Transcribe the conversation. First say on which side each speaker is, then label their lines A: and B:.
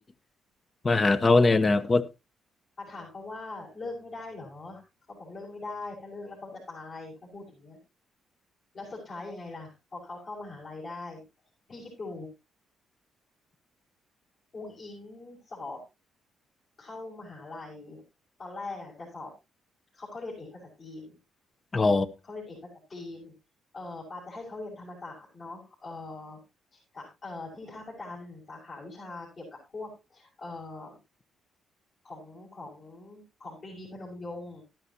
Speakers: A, on the left; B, on the left.
A: ๆ มาหาเขาในอนาคต
B: ปาถามเขาว่าเลิกไม่ได้เหรอเขาบอกเลิกไม่ได้ถ้าเลิกแล้วเขาจะตายเขาพูดอย่างเงี้ยแล้วสุดท้ายยังไงล่ะพอเขาเข้ามหาลัยได้พี่คิดดูอุ้งอิงสอบเข้ามหาลัยตอนแรกอ่ะจะสอบเขาเขาเรียนเอกภาษาจีน
A: อ๋อ
B: เขาเรียนเอกภาษาจีนเอ่อปาจะให้เขาเรียนธรรมศาสตร์เนาะเอ่อสาเอ่อที่ท่าพระจันทร์สาขาวิชาเกี่ยวกับพวกเอ่อของของของปรีดีพนมยงค์